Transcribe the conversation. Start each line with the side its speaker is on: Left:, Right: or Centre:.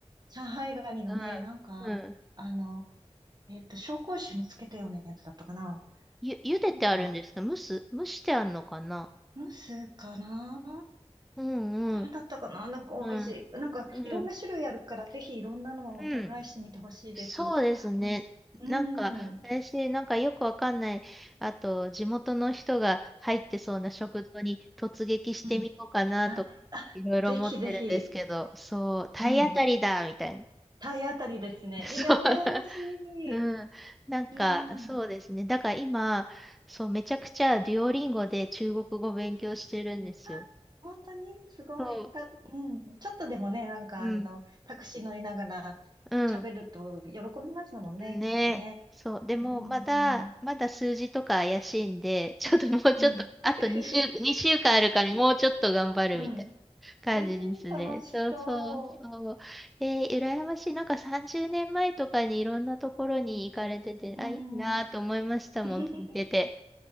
Right: 上海ガニのね、
Centre: う
Right: なんか、
Centre: ん。うん。
Right: あの、えっと、紹興酒につけたようなやつだったかな。
Centre: ゆ、茹でてあるんですか蒸す蒸してあるのかな
Right: なんか、ムスかな
Centre: うんうん。
Right: なんだったかななんか美味しい。
Centre: うん。
Right: なんか、
Centre: うん。
Right: いろんな種類あるから、ぜひいろんなのをトライしてみてほしいです。
Centre: うん。そうですね。
Right: 美味しい。うん。
Centre: なんか、私、なんかよくわかんない、あと、地元の人が入ってそうな食堂に突撃してみようかなとか、
Right: うん。あ、あ、
Centre: いろいろ思ってるんですけど、
Right: ぜひぜひ。
Centre: そう、体当たりだみたいな。
Right: うん。体当たりですね。
Centre: <laughs> そう。
Right: いや、羨ましい。
Centre: うん。なんか、
Right: うん。
Centre: そうですね。だから今、そう、めちゃくちゃデュオリンゴで中国語勉強してるんですよ。
Right: あ、本当にすごい。
Centre: そう。
Right: た、うん。ちょっとでもね、なんかあの、
Centre: うん。
Right: タクシー乗りながら喋ると喜びますもんね、
Centre: うん。ね。
Right: きっとね。
Centre: そう。でも、
Right: うん。
Centre: まだ、まだ数字とか怪しいんで、ちょっともうちょっと、
Right: うん。
Centre: あと2週、
Right: <laughs>
Centre: 二週間あるからもうちょっと頑張るみたいな
Right: うん。<laughs>
Centre: 感じですね。
Right: えー、楽しそ
Centre: そうそうそう。えー、羨ましい。なんか30年前とかにいろんなところに行かれてて、
Right: う。
Centre: あ、
Right: う
Centre: いいなと思いましたもん、
Right: ん。<laughs>
Centre: 聞いてて。